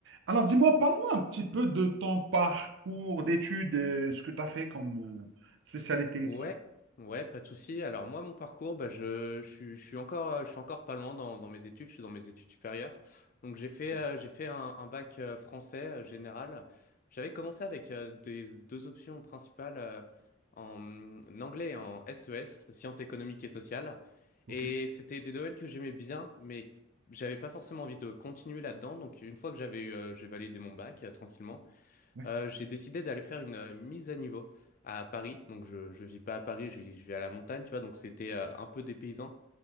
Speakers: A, on the right; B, on the left.
A: Alors, dis-moi, parle-moi un petit peu de ton parcours d'études, euh, ce que tu as fait comme euh, spécialité
B: Ouais,
A: et tout ça.
B: ouais, pas de souci. Alors moi, mon parcours, bah, je, je, suis je suis encore, euh, je suis encore pas loin dans, dans mes études. Je suis dans mes études supérieures. Donc j'ai fait,
A: Ok,
B: euh, j'ai fait un, un bac euh, français euh, général. J'avais commencé avec euh, des deux options principales euh, en anglais et en SES, sciences économiques et sociales.
A: Ok,
B: Et
A: ok, ok,
B: c'était des domaines que j'aimais bien, mais j'avais pas forcément envie de continuer là-dedans. Donc une fois que j'avais eu, euh, j'ai validé mon bac euh, tranquillement.
A: ouais,
B: Euh, j'ai décidé d'aller faire une euh, mise à niveau à Paris. Donc, je ne vis pas à Paris, je, je vis à la montagne, tu vois. Donc, c'était euh, un peu dépaysant